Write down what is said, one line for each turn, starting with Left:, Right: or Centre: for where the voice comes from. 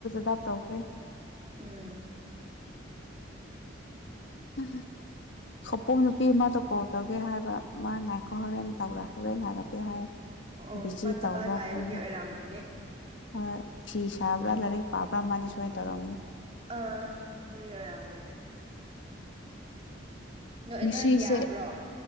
Left: <unintelligible> ꯇꯧꯈ꯭ꯔꯦ
Right: ꯎꯝ
Left: <inaudible> ꯈꯧꯄꯨꯝ ꯅꯨꯄꯤ ꯑꯃꯗ ꯀꯣꯜ ꯇꯧꯒꯦ ꯍꯥꯏꯕ ꯃꯥ ꯉꯥꯏꯈꯣ ꯍꯣꯔꯦꯟ ꯇꯧꯔꯛ ꯍꯣꯔꯦꯟ ꯍꯥꯏꯔꯛꯀꯦ ꯍꯥꯏ ꯫
Right: ꯑꯣ
Left: ꯕꯤꯖꯤ
Right: ꯃꯥ ꯊꯕꯛ
Left: ꯇꯧꯕ꯭ꯔꯥ
Right: ꯂꯥꯛꯏꯕꯒꯤ
Left: ꯈꯪꯗ‌ꯦ
Right: ꯑꯣꯏꯔꯝꯒꯅꯤ
Left: ꯫ ꯍꯣꯏ ꯐꯤ ꯁꯥꯕ꯭ꯔꯥ ꯂꯥꯏꯔꯤꯛ ꯄꯥꯕ꯭ꯔꯥ ꯑꯃꯗꯤ ꯁꯣꯏꯅ ꯇꯧꯔꯝꯅꯤ ꯫
Right: ꯑꯥ ꯑꯗꯨꯒꯤ ꯑ‌ꯣꯏꯔꯝꯒꯅꯤ ꯅꯣꯏ
Left: ꯃꯤꯁꯤꯁꯦ
Right: ꯅꯣꯏ ꯌꯥꯕ꯭ꯔꯣ